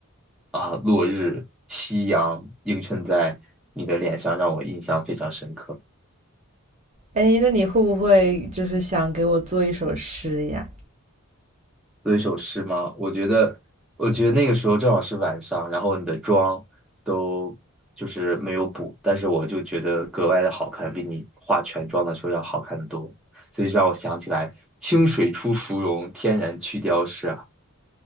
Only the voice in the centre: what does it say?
啊，落日、夕阳映衬在你的脸上，让我印象非常深刻。
做一首诗吗？我觉得，我觉得那个时候正好是晚上，然后你的妆都就是没有补，但是我就觉得格外的好看，比你化全妆的时候要好看的多，所以让我想起来“清水出芙蓉，天然去雕饰”啊。